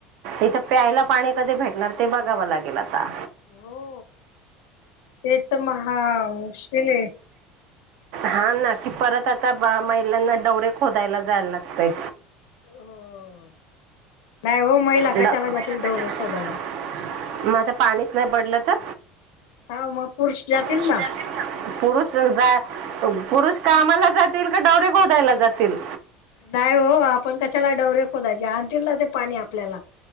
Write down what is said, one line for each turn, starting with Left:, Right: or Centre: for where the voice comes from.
Right: इथं प्यायला पाणी कधी भेटणार ते बघावं लागेल आता
Left: हो ते तर महा मुश्किल आहे
Right: हा ना कि परत आता महिलांना डौरे खोदायला जायला लागतंय
Left: हो नाही हो महिला
Right: ड
Left: कशाला
Right: पहिला
Left: जातील
Right: कशाला
Left: डवरे
Right: जायचं?
Left: खोदायला
Right: मग आता पाणीच नाही पडलं तर
Left: हा मग पुरुष जातील
Right: पुरुष
Left: ना
Right: जातील ना पुरुष कामाला जातील का डौरे खोदायला जातील
Left: नाही हो आपण कशाला डवरे खोदायचे आणतील ना ते पाणी आपल्याला